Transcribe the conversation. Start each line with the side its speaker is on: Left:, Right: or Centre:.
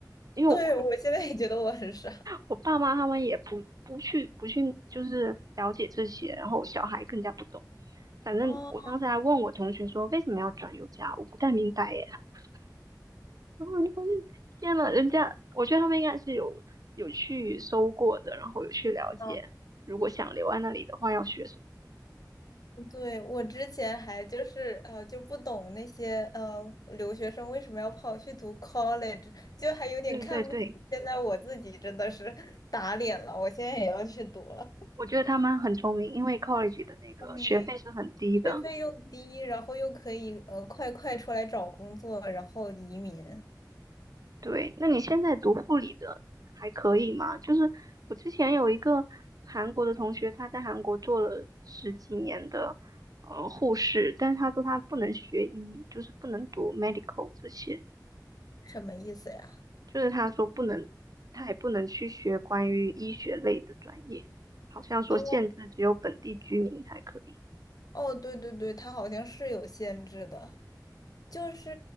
Right: 因为我
Left: 对，我现在也觉得我很傻。
Right: 我爸妈他们也不不去不去就是了解这些，然后我小孩更加不懂。反正我当时还问我同学说为什么要转幼教，
Left: 哦，
Right: 我不太明白耶。<laughs> 然后你发现天呐，人家我觉得他们应该是有有去搜过的，然后有去了解，
Left: 哦，
Right: 如果想留在那里的话要学什么。
Left: 对，我之前还就是呃就不懂那些呃留学生为什么要跑去读 college，就还有点看不起。
Right: 对对对，
Left: 现在我自己真的是 <laughs> 打脸了，我现在也要去读了，
Right: 我觉得他们很聪明，因为 college 的那个学费是很低的。
Left: 聪明。学费又低，然后又可以呃快快出来找工作，然后移民，
Right: 对，那你现在读护理的还可以吗？就是我之前有一个韩国的同学，他在韩国做了十几年的呃护士，但是他说他不能学医，就是不能读 medical 这些，
Left: 什么意思呀？
Right: 就是他说不能，他还不能去学关于医学类的专业，好像说限制只有本地居民才可以。
Left: 哦哦，对对对，它好像是有限制的，就是